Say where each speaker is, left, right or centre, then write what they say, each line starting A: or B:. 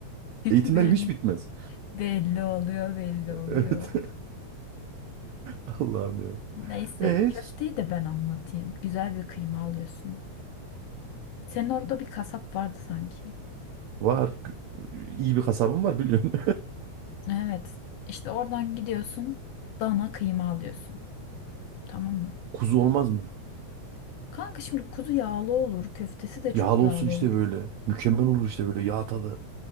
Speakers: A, on the right; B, on the left.
A: Eğitimlerim
B: Belli,
A: hiç bitmez.
B: belli oluyor, belli
A: <laughs>
B: oluyor.
A: Evet Allah'ım ya.
B: Neyse
A: E
B: köfteyi de ben anlatayım. Güzel bir kıyma alıyorsun. Senin orada bir kasap vardı sanki.
A: var. İyi bir kasabım var biliyorsun.
B: Evet İşte oradan gidiyorsun dana kıyma alıyorsun. Tamam mı?
A: <laughs> Kuzu olmaz mı?
B: Kanka şimdi kuzu yağlı olur. Köftesi de çok
A: Yağlı
B: yağlı
A: olsun işte
B: olur.
A: böyle. Mükemmel olur işte böyle yağ tadı.